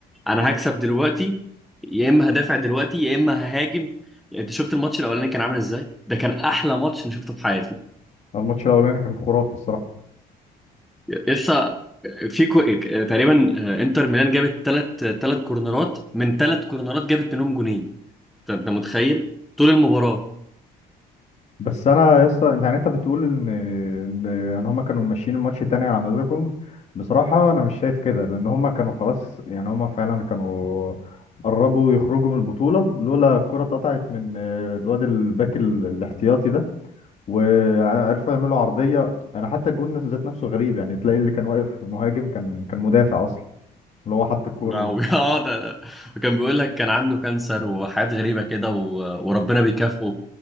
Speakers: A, in the centre; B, on the left.
A: انا هكسب دلوقتي يا اما هدافع دلوقتي يا اما ههاجم يعني انت شفت الماتش الاولاني كان عامل ازاي ده كان احلى ماتش انا شفته في حياتي
B: الماتش الاولاني كان خرافي الصراحه
A: لسه في كو... تقريبا انتر ميلان جابت ثلاث ثلاث كورنرات من ثلاث كورنرات جابت منهم جونين طب انت متخيل طول المباراه
B: بس انا يا اسطى انت يعني انت بتقول ان ان إن هما كانوا ماشيين الماتش التاني على مزاجهم بصراحه انا مش شايف كده لان هما كانوا خلاص يعني هما فعلا كانوا قربوا يخرجوا من البطوله لولا الكره اتقطعت من آه، الواد الباك ال- الاحتياطي ده وعرفوا يعملوا عرضيه انا حتى الجون ذات نفسه غريب يعني تلاقي اللي كان واقف مهاجم كان كان مدافع اصلا اللي هو حط الكوره
A: ده
B: دي
A: و- <laughs> اه ده وكان بيقول لك كان عنده كانسر وحاجات غريبة كده و... وربنا بيكافئه